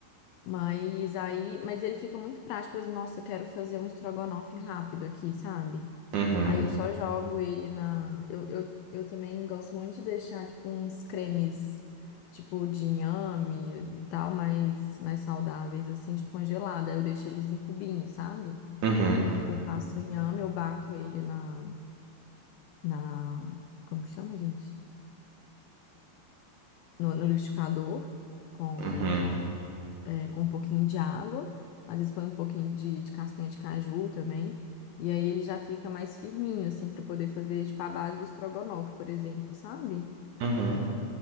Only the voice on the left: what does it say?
mas aí... Mas ele fica muito prático. Por exemplo, nossa, eu quero fazer um estrogonofe rápido aqui, sabe?
Aí eu só jogo ele na... Eu, eu, eu também gosto muito de deixar, tipo, uns cremes, tipo, de inhame e tal, mais, mais saudáveis, assim, tipo, congelado. Aí eu deixo eles em cubinhos, sabe?
Tipo, eu faço o inhame, eu bato ele na na, como que chama, gente? No, no liquidificador, com,
é, com um pouquinho de água, às vezes põe um pouquinho de, de castanha de caju também, e aí ele já fica mais firminho, assim, para poder fazer, tipo, a base do estrogonofe, por exemplo, sabe?